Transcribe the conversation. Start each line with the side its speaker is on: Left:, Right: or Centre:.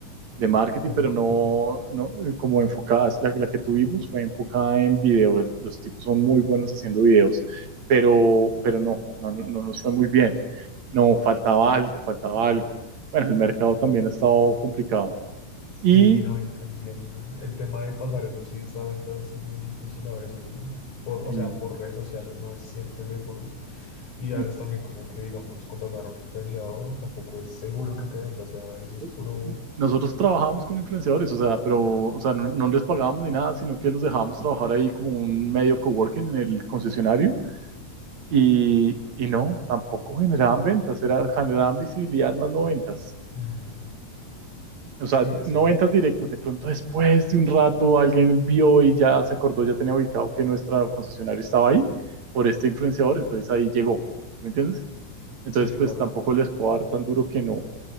Right: de marketing,
Left: Ya
Right: pero
Left: marketing.
Right: no, no eh, como enfocadas. La, la, que tuvimos fue enfocada en videos. Los tipos son muy buenos haciendo videos, pero, pero no, no, no, no nos fue muy bien. No, faltaba algo, faltaba algo. Bueno, el mercado también ha estado complicado.
Left: Sí,
Right: Y,
Left: no, y también el tema de pasar esos leads a ventas es es muy difícil a veces, ¿no? Por, o
Right: y,
Left: sea, por redes sociales no es siempre seguro. Y a
Right: y
Left: veces también como que, digamos, contratar a un influenciador tampoco es seguro que te venda, o sea, eso es
Right: eh,
Left: puro...
Right: nosotros trabajábamos con influenciadores, o sea, pero o sea, no, no les pagábamos ni nada, sino que los dejábamos trabajar ahí como un medio coworking en el concesionario Y, y no, tampoco generaban ventas, era, generaban visibilidad más no ventas.
Left: mm,
Right: O
Left: sí,
Right: sea,
Left: eso.
Right: no ventas directas. De pronto, después de un rato, alguien vio y ya se acordó, ya tenía ubicado que nuestro concesionario estaba ahí por este influenciador, entonces ahí llegó. ¿Me entiendes? Entonces,
Left: Sí,
Right: pues
Left: claro.
Right: tampoco les puedo dar tan duro que no.